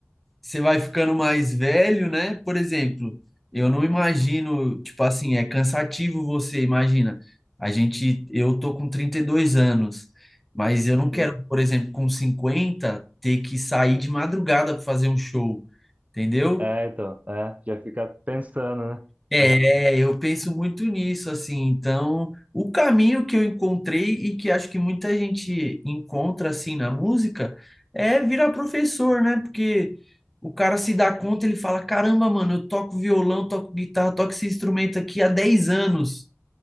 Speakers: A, in the centre; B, on the right (about 30°).
A: você vai ficando mais velho, né? Por exemplo, eu não imagino, tipo assim, é cansativo você, imagina. A gente, eu tô com 32 anos, mas eu não
B: Sim.
A: quero, por exemplo, com 50 ter que sair de madrugada para fazer um show, entendeu?
B: É, então, é, já fica pensando, né?
A: É,
B: É.
A: eu penso muito nisso, assim. Então, o caminho que eu encontrei e que acho que muita gente encontra, assim, na música, é virar professor, né? Porque o cara se dá conta, ele fala: caramba, mano, eu toco violão, toco guitarra, toco esse instrumento aqui há 10 anos.